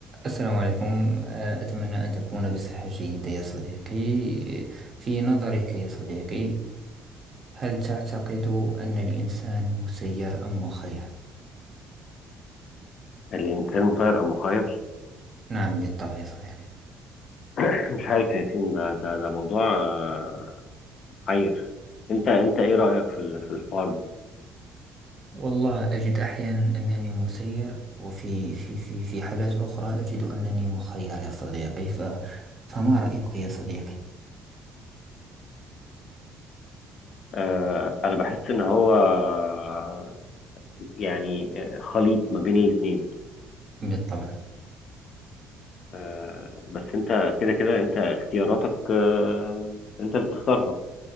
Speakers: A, on the right; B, on the left.
A: السلام عليكم آه، أتمنى أن تكون بصحة جيدة يا صديقي في نظرك يا صديقي هل تعتقد أن الإنسان مسير أم مخير؟
B: الإنسان مسير أم مخير
A: نعم بالطبع يا صديقي
B: <clears throat> مش عارف يا ياسين ده ده ده موضوع آه، حير أنت أنت إيه رأيك في ال- في الحوار ده؟
A: والله أجد أحيانا أنني مسير وفي في في في حالات أخرى أجد أنني مخير يا صديقي ف فما رأيك يا صديقي؟
B: آه، أنا بحس إن هو آه، يعني آه، خليط ما بين الاتنين
A: بالطبع
B: آه، بس أنت كده كده أنت اختياراتك آه، أنت اللي بتختارها